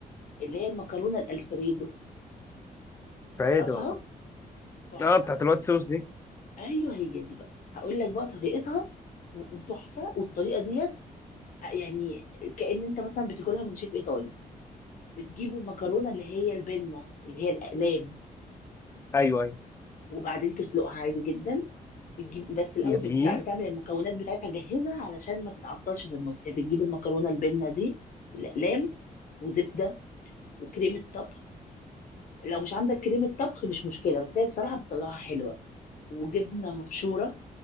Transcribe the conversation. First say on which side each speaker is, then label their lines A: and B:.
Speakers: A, on the left; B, on the left.
A: اللي هي المكرونه الالفريدو
B: فهي
A: تعرفها
B: ده
A: تحفه
B: اه بتاعت
A: بقى
B: الوايت صوص دي
A: ايوه هي دي بقى هقول لك بقى طريقتها و- وتحفه والطريقه ديت يعني كأن انت مثلا بتاكلها من شيف ايطالي بتجيب المكرونه اللي هي البنه اللي هي الاقلام
B: أيوه أيوه
A: وبعدين تسلقها عادي جدا بتجيب بس الاول
B: جميل
A: بتك... بتعمل المكونات بتاعتها جاهزه علشان ما تتعطلش في النص يعني بتجيب المكرونه البنه دي الاقلام وزبده وكريمه طبخ لو مش عندك كريمه طبخ مش مشكله بس هي بصراحه بتطلعها حلوه وجبنه مبشوره